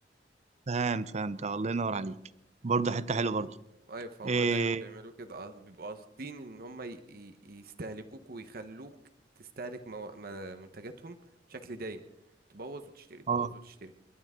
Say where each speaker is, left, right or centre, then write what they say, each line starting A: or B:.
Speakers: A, on the right; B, on the right.
A: فاهم فهمت آه، الله ينور عليك برضه حته حلوه برضه
B: ايوه فهم
A: إيه
B: دايما بيعملوا كده آه، بيبقوا قاصدين ان هم ي- ي- يستهلكوك ويخلوك تستهلك مو... ما- منتجاتهم بشكل دايم تبوظ وتشتري تبوظ
A: اه
B: وتشتري